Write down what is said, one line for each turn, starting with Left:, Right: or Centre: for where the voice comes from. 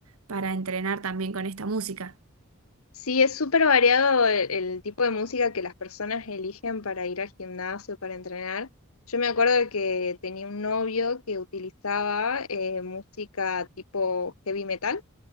Right: para entrenar también con esta música.
Left: Sí, es súper variado el, el tipo de música que las personas eligen para ir al gimnasio, para entrenar. Yo me acuerdo que tenía un novio que utilizaba eh, música tipo heavy metal.